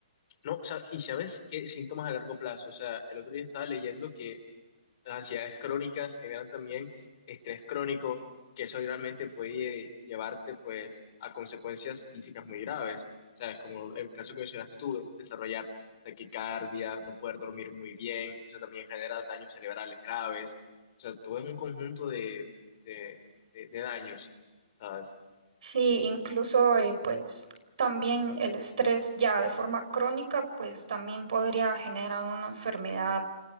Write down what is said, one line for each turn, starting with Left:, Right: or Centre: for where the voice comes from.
Left: No, o sea, ¿y sabes qué síntomas a largo plazo? O sea, el otro día estaba leyendo que las ansiedades crónicas generan también estrés crónico, que eso realmente puede llevarte pues a consecuencias físicas muy graves. O sea, es como el caso que mencionaste tú, de desarrollar taquicardia, no poder dormir muy bien, y eso también genera daños cerebrales graves. O sea, todo es un conjunto de, de, de de daños. ¿sabes?
Right: Sí, incluso eh, pues también el estrés ya de forma crónica, pues también podría generar una enfermedad